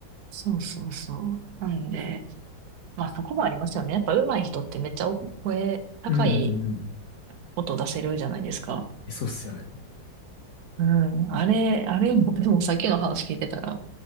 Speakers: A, on the right; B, on the left.
A: そうそうそう。なんで、まあそこもありますよね。やっぱ上手い人ってめっちゃお声、高い
B: うんうんうん。
A: 音出せるじゃないですか。
B: え、そうっすよね。
A: うん。あれ、あれも、でもさっきの話聞いてたら、